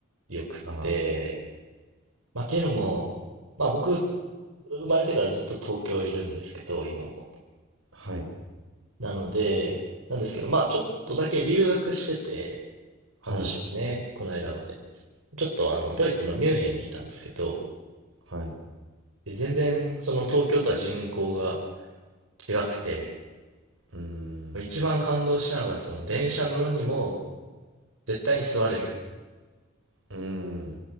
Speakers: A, on the right; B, on the right.
A: 良くて、
B: あ
A: まあ、っていうのも、まあ僕、生まれてからずっと東京いるんですけど、今も。
B: あ、はい、
A: なので、なんですけど、まあ、ちょっとだけ留学してて、半年ですね、
B: はい、
A: この間まで。ちょっとあの、ドイツのミュンヘンにいたんですけど、
B: はい。
A: で全然、その東京とは人口が違くて、
B: うーん、
A: 一番感動したのが、その電車乗るにも、絶対に座れる。
B: うーん、